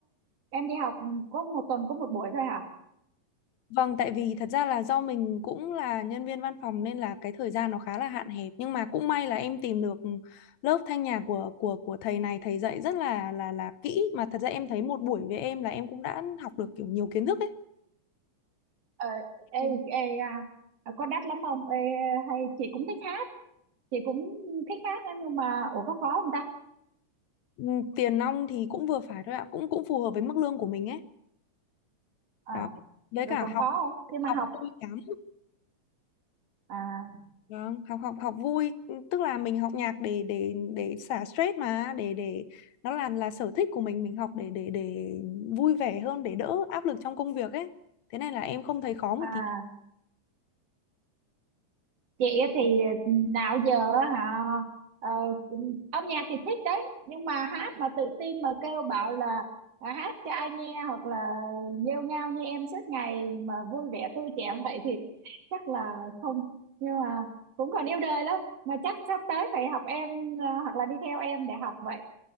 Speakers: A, on the right; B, on the left.
A: em đi học có một tuần có một buổi thôi hả
B: Vâng, tại vì thật ra là do mình cũng là nhân viên văn phòng nên là cái thời gian nó khá là hạn hẹp nhưng mà cũng may là em tìm được ừ, lớp thanh nhạc của của của thầy này thầy dạy rất là là là kỹ mà thật ra em thấy một buổi với em là em cũng đã học được kiểu nhiều kiến thức ấy.
A: ờ, ê,
B: Thì,
A: ê à, à, có đắt lắm không ê, hay chị cũng thích hát chị cũng thích hát đó nhưng mà ủa có khó không ta
B: ừ, Tiền nong thì cũng vừa phải thôi ạ, cũng cũng phù hợp với mức lương của mình ấy.
A: Ờ,
B: Đó. Với
A: rồi
B: cả
A: còn khó
B: học
A: không khi mà
B: học
A: học
B: không bị cắm.
A: à
B: Vâng, học học học vui tức là mình học nhạc để để để xả stress mà để để nó là là sở thích của mình mình học để để để vui vẻ hơn để đỡ áp lực trong công việc ấy thế nên là em không thấy khó một
A: à
B: tí
A: chị á thì ừ, nào giờ á hả ờ, âm nhạc thì thích đấy nhưng mà hát mà tự tin mà kêu bảo là à, hát cho ai nghe hoặc là nghêu ngao như em suốt ngày mà vui vẻ tươi trẻ <laughs> vậy thì chắc là không nhưng mà cũng còn yêu đời lắm mà chắc sắp tới phải học em à, hoặc là đi theo em để học vậy